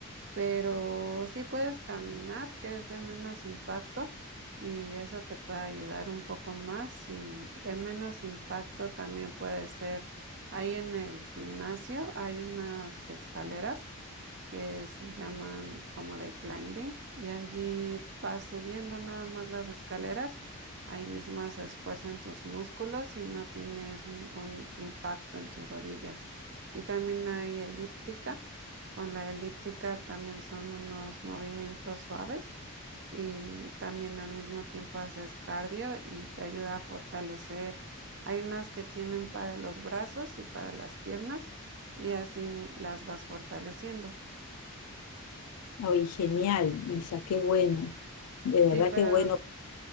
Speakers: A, on the right (about 50°); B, on the left (about 85°).
A: pero sí puedes caminar, que es de menos impacto, y eso te puede ayudar un poco más. Y de menos impacto también puede ser, ahí en el gimnasio hay unas escaleras que se llaman como de climbing y allí vas subiendo nada más las escaleras, ahí mismo se esfuerzan tus músculos y no tienes ningún impacto en tus rodillas. Y también hay elíptica, con la elíptica también son unos movimientos suaves y también al mismo tiempo haces cardio y te ayuda a fortalecer. Hay unas que tienen para los brazos y para las piernas y así las vas fortaleciendo.
B: Ay, genial, Isa, qué bueno. De
A: Sí,
B: verdad
A: pero
B: qué bueno.